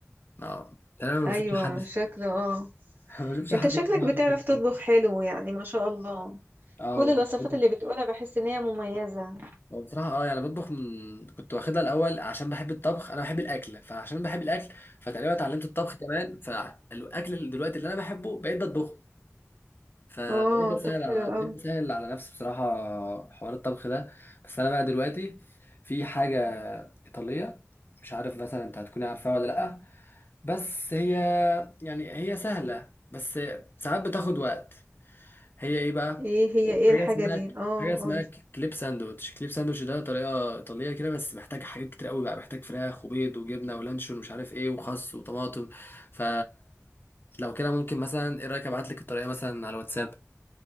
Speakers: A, on the left; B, on the right.
A: ما يعني انا ما
B: أيوة
A: بشوفش حد
B: شكله آه
A: <laughs> ما بشوفش
B: أنت
A: حد
B: شكلك
A: بصراحة
B: بتعرف
A: بياكل
B: تطبخ
A: كده.
B: حلو يعني ما شاء الله
A: اه
B: كل الوصفات
A: يعني برضه-
B: اللي بتقولها بحس إن هي مميزة
A: هو بصراحة اه يعني بطبخ من كنت واخدها الأول عشان بحب الطبخ أنا بحب الأكل فعشان بحب الأكل فتقريبا اتعلمت الطبخ كمان فالأكل اللي دلوقتي اللي أنا بحبه بقيت بطبخه فبقيت
B: آه
A: بسهل
B: طب حلو
A: بقيت
B: أوي
A: بسهل على نفسي بصراحة حوار الطبخ ده بس أنا بقى دلوقتي في حاجة إيطالية مش عارف مثلا أنت هتكوني عارفاها ولا لأ بس هي يعني هي سهلة بس ساعات بتاخد وقت هي إيه بقى؟
B: إيه هي إيه
A: حاجة
B: الحاجة
A: اسمها
B: دي آه
A: حاجة اسمها كليب ساندوتش كليب ساندوتش ده طريقة إيطالية كده بس محتاج حاجات كتير قوي بقى محتاج فراخ وبيض وجبنة ولانشون ومش عارف إيه وخس وطماطم ف لو كده ممكن مثلا ايه رأيك ابعت لك الطريقة مثلا على واتساب